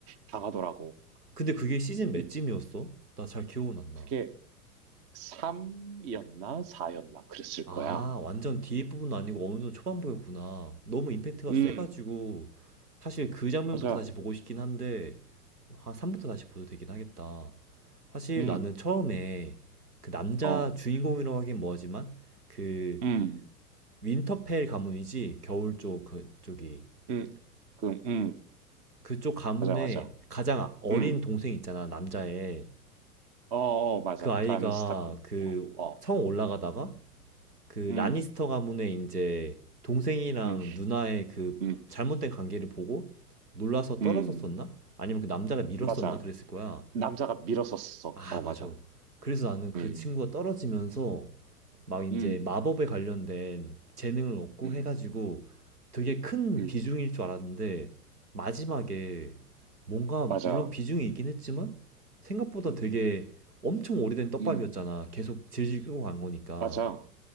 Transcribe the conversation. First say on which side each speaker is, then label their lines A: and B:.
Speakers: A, on the right; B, on the right.
A: 당하더라고.
B: 근데 그게 시즌 몇쯤이었어?
A: 음,
B: 나 잘 기억은 안 나.
A: 그게 3이었나? 4였나? 그랬을
B: 아,
A: 거야.
B: 완전 뒤에 부분은 아니고 어느 정도 초반부였구나. 너무 임팩트가
A: 음,
B: 세가지고, 사실 그 장면부터
A: 맞아.
B: 다시 보고 싶긴 한데, 한 3부터 다시 보도 되긴 하겠다. 사실
A: 음,
B: 나는 처음에 그 남자
A: 어,
B: 주인공이라고 하긴 뭐하지만, 그
A: 음,
B: 윈터펠 가문이지, 겨울 쪽, 그쪽이.
A: 음, 그, 음,
B: 그쪽 가문에
A: 맞아, 맞아.
B: 가장 어린
A: 음,
B: 동생 있잖아, 남자애.
A: 어, 어, 맞아.
B: 그 아이가
A: 프란스 타크.
B: 그
A: 어, 어,
B: 성 올라가다가 그
A: 음,
B: 라니스터 가문의 이제 동생이랑
A: 음,
B: 누나의 그
A: 음,
B: 잘못된 관계를 보고 놀라서
A: 음,
B: 떨어졌었나? 아니면 그 남자가 밀었었나?
A: 맞아.
B: 그랬을 거야.
A: 남자가 밀어섰어.
B: 아,
A: 어,
B: 맞아.
A: 맞아.
B: 그래서 나는 그
A: 음,
B: 친구가 떨어지면서 막 이제
A: 음,
B: 마법에 관련된 재능을 얻고
A: 음,
B: 해가지고 되게 큰
A: 음,
B: 비중일 줄 알았는데 마지막에 뭔가
A: 맞아.
B: 물론 비중이 있긴 했지만 생각보다
A: 음,
B: 되게 엄청 오래된 떡밥이었잖아.
A: 음,
B: 계속 질질 끌고 간 거니까.
A: 맞아.